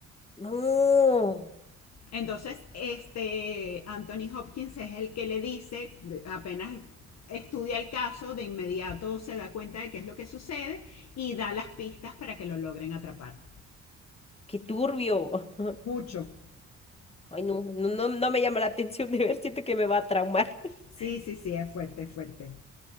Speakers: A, on the left; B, on the left.
A: No.
B: Entonces, este Anthony Hopkins es el que le dice, apenas estudia el caso, de inmediato se da cuenta de qué es lo que sucede y da las pistas para que lo logren atrapar.
A: Qué turbio. <laughs>
B: Mucho.
A: Ay, no, no, no, no me llama la atención de ver, siento que me va a traumar. <laughs>
B: Sí, sí, sí, es fuerte, es fuerte.